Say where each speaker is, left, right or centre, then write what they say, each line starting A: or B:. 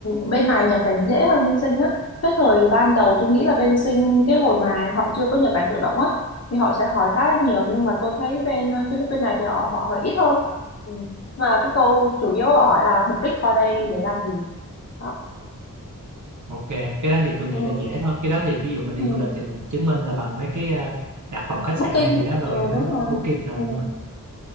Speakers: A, on the left; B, on the right.
A: bên này nhập cảnh dễ hơn bên sinh á cái thời gian đầu tôi nghĩ là bên sinh cái hồi mà họ chưa có nhập cảnh tự động á thì họ sẽ hỏi khá là nhiều nhưng mà tôi thấy bên ờ, Philippines này thì họ họ hỏi ít hơn ừ. mà cái câu chủ yếu họ hỏi là mục đích qua đây để làm gì đó
B: Ok, cái đó thì tôi nghĩ
A: ừ.
B: là dễ thôi. Cái đó thì ví dụ mình
A: Ừ.
B: đi du lịch thì mình chứng minh là bằng mấy cái ờ, đặt phòng khách
A: Booking
B: sạn hay gì đó rồi
A: ừ
B: nó
A: đúng rồi
B: booking rồi
A: ừ.
B: đúng không?